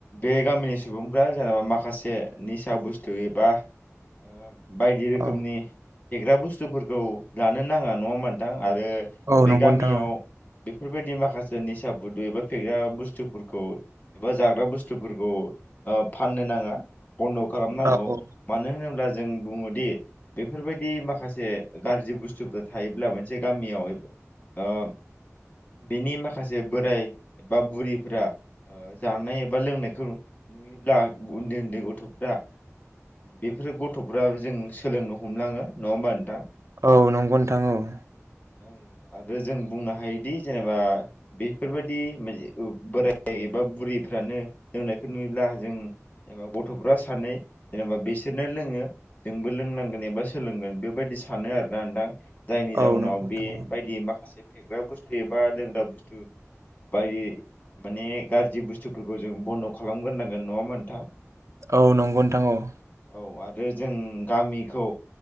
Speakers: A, on the left; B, on the right.
A: बे गामिनि सुबुंफ्रा जेनेबा माखासे निसा बुस्थु एबा ओ बायदि रोखोमनि
B: औ
A: फेग्रा बुस्थुफोरखौ लानो नाङा नङा होनबा नोंथां? आरो
B: औ
A: बे
B: नंगौ
A: गामियाव
B: नोंथां औ
A: बेफोरबायदि माखासे निसा बुदै एबा फेग्रा बुस्थुफोरखौ एबा जाग्रा बुस्थुफोरखौ ओ फाननो नाङा। बन्द' खालामनांगौ
B: औ
A: मानो होनोब्ला जों बुङोदि बेफोरबायदि माखासे ओ गारज जि बुस्थुफोरा थायोब्ला मोनसे गामियाव एबा ओम बेनि माखासे बोराय एबा बुरिफोरा ओ जानाय एबा लोंनायखौ नुयोब्ला उन्दै उन्दै गथ'फ्रा बेफोरो गथ'फ्राबो जों सोलोंनो हमलाङो नङा होमबा नोंथां?
B: औ नंगौ नोंथां औ
A: आङो आरो जों बुंनो हायोदि जेनेबा बेफोरबायदि मेजे ओ बोराय जाय एबा बुरिफ्रानो लोंनायखौ नुयोब्ला जों एबा गथ'फ्रा सानै जेनेबा बिसोरनो लोङो जोंबो लोंनांगोन एबा सोलोंगोन बेबायदि इ सानो आरोना नोंथां जायनि जाउनाव
B: औ नंगौ नोंथां
A: बेबायदि
B: औ
A: माख माखासे फेग्रा बुस्थु एबा लोंग्रा बुस्थु बायै माने गारजि बुस्थुफोरखौ जों बन्द' खालामग्रोनांगोन नङा होनबा नोंथां?
B: औ नंगौ नोंथां औ
A: औ आरो जों गामिखौ